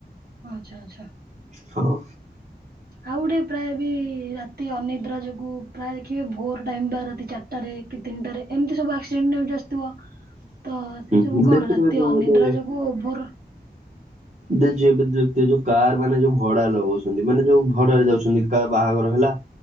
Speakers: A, on the right; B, on the right.
A: ଆଛା ଆଚ୍ଛା
B: ହଁ।
A: ଆଉ ଟେ ପ୍ରାୟ ବି ରାତି ଅନିଦ୍ରା ଯୋଗୁ ପ୍ରାୟ ଦେଖିବେ ଭୋର ଟାଇମ ବା ରାତି ଚାରି ଟାରେ କି ତିନିଟାରେ ଏମିତି ସବୁ ଆକ୍ସିଡେଣ୍ଟ ଆସିଥିବ। ତ ସେ ସବୁ
B: ହୁଁ
A: କଣ
B: ଦେଖୁଥିବେ
A: ରାତି
B: ଯୋଉ
A: ଅନିଦ୍ରା
B: ଏବେ
A: ଯୋଗୁ ଓଭର
B: ଦେ ଯ ଏବେ ଯୋଉ କାର ମାନେ ଯୋ ଭଡା ଲଗାଉଛନ୍ତି ମାନେ ଯୋଉ ଭଡାରେ ଯାଉଛନ୍ତି କା ବାହାଘର ହେଲା